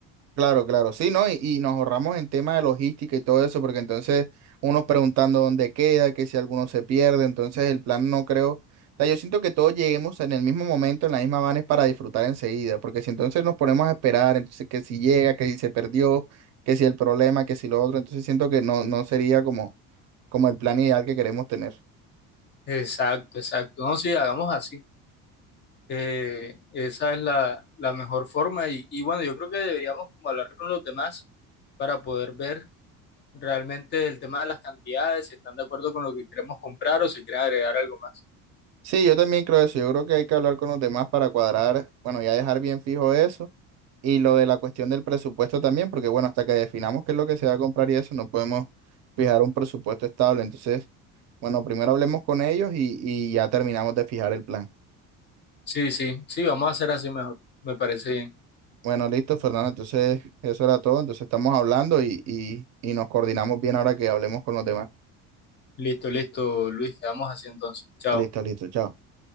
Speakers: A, on the right; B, on the left.
A: Claro, claro, sí, ¿no? Y, y nos ahorramos en tema de logística y todo eso, porque entonces unos preguntando dónde queda, que si alguno se pierde, entonces el plan no creo. O sea, yo siento que todos lleguemos en el mismo momento, en la misma van es para disfrutar enseguida, porque si entonces nos ponemos a esperar, entonces que si llega, que si se perdió, que si el problema, que si lo otro, entonces siento que no, no sería como, como el plan ideal que queremos tener.
B: Exacto, exacto. No, sí, hagamos así. Eh, esa es la, la mejor forma. Y, y bueno, yo creo que deberíamos como hablar con los demás para poder ver realmente el tema de las cantidades, si están de acuerdo con lo que queremos comprar o si quieren agregar algo más.
A: Sí, yo también creo eso, yo creo que hay que hablar con los demás para cuadrar, bueno, ya dejar bien fijo eso. Y lo de la cuestión del presupuesto también, porque bueno, hasta que definamos qué es lo que se va a comprar y eso, no podemos fijar un presupuesto estable. Entonces, bueno, primero hablemos con ellos y, y ya terminamos de fijar el plan.
B: Sí, sí, sí, vamos a hacer así mejor. Me parece bien.
A: Bueno, listo, Fernando. Entonces, eso era todo. Entonces, estamos hablando y, y, y nos coordinamos bien ahora que hablemos con los demás.
B: Listo, listo, Luis, quedamos así entonces. Chao.
A: Listo, listo, chao.